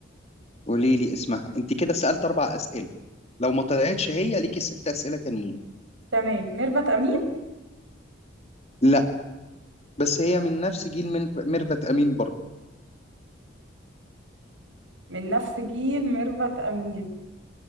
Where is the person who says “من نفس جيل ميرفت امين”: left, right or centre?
Right